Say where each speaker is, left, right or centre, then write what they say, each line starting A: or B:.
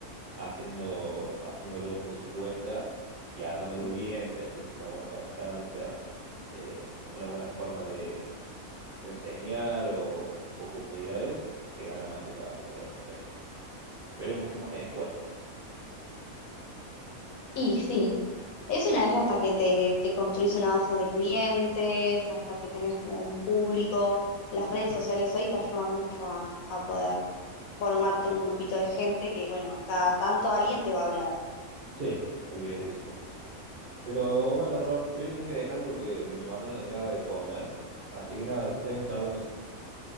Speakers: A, on the right; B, on the left.
A: haciendo, haciéndolo por tu cuenta y armándolo
B: Mm.
A: bien, teniendo una buena constancia, eh, una buena forma de, de enseñar o, o comunidades, se gana más que trabajando para una empresa. Pero es mucho más esfuerzo.
B: Y sí, Es una vez hasta que te, te construís una base de clientes, hasta que tenés como un público. Las redes sociales hoy te ayudan mucho a, a poder formarte un grupito de gente que, bueno, cada tanto alguien te va a hablar.
A: Sí, olvídate que sí. Pero bueno, Rob, te voy a tener que dejar porque me mandaron acá de comer. Así que nada, después seguimos charlando.